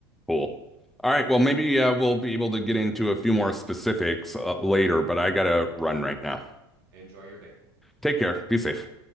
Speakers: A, in the centre; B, on the right.
A: Cool. All right. Well, maybe uh, we'll be able to get into a few more specifics uh, later, but I gotta run right now.
B: Enjoy your day.
A: Take care. Be safe.